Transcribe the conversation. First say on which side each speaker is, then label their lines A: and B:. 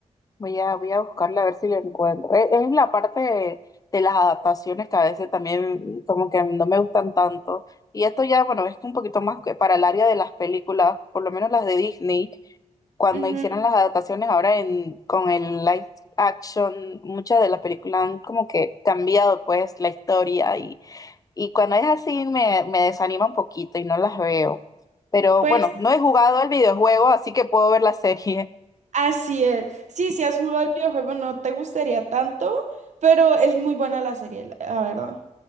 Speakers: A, on the left; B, on the right.
A: Voy a, voy a buscarla a ver si la encuentro. es Es, la parte de, de las adaptaciones que a veces también como que no me gustan tanto. Y esto ya, bueno, es un poquito más que para el área de las películas, por lo menos las de Disney, cuando
B: Ujú.
A: hicieron las adaptaciones ahora en, con el live action, muchas de las películas han como que cambiado pues la historia y, y cuando es así me, me desanima un poquito y no las veo. Pero
B: Pues.
A: bueno, no he jugado el videojuego, así que puedo ver la serie.
B: Así es. Sí, si has jugado el videojuego no te gustaría tanto, pero es muy buena la serie, la la verdad.